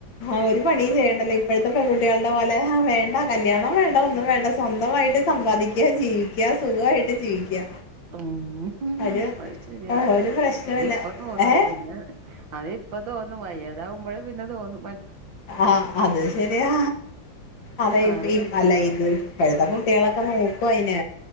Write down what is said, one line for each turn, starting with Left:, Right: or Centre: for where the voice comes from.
Left: ആ ഒരു പണീം ചെയ്യണ്ടല്ലോ ഇപ്പഴത്തെ പെൺകുട്ടികളുടെ പോലെ വേണ്ട കല്യാണോം വേണ്ട ഒന്നും വേണ്ട സ്വന്തമായിട്ട് സമ്പാദിക്കുക ജീവിക്കുക സുഖമായിട്ട് ജീവിക്കുക
Right: ഉം
Left: ഒരു
Right: അത് ശരിയാ
Left: ഒരു പ്രശ്നവുമില്ല
Right: അത് ഇപ്പൊ തോന്നും
Left: ഏഹ്
Right: പിന്ന അത് ഇപ്പ തോന്നും വയ്യതാകുമ്പോഴേ പിന്ന തോന്നും മ
Left: ആഹ് അത് ശരിയാ അതെ
Right: മാറി
Left: ഇപ്പ ഇ
Right: ചിന്തിക്ക
Left: അല്ല ഇത് ഇപ്പഴുത്ത കുട്ടികളക്ക നോക്കു അയിനെ